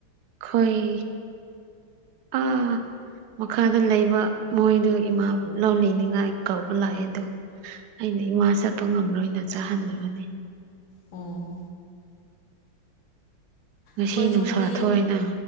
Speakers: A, on the right; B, on the left.
A: ꯈꯣꯏ ꯑꯥ ꯃꯈꯥꯗ ꯂꯩꯕ ꯃꯣꯏꯗꯨ ꯏꯃꯥꯕꯨ ꯂꯧ ꯂꯤꯅꯤꯡꯉꯥꯏ ꯀꯧꯕ ꯂꯥꯛꯑꯦ ꯑꯗꯨ ꯑꯩꯅ ꯏꯃꯥ ꯆꯠꯄ ꯉꯝꯔꯣꯏꯅ ꯆꯥꯍꯟꯗꯕꯅꯦ
B: ꯑꯣꯥ
A: ꯉꯁꯤ
B: ꯑꯈꯣꯏꯁꯨ
A: ꯅꯨꯡꯁꯥ
B: ꯃꯤ
A: ꯊꯣꯛꯑꯦꯅ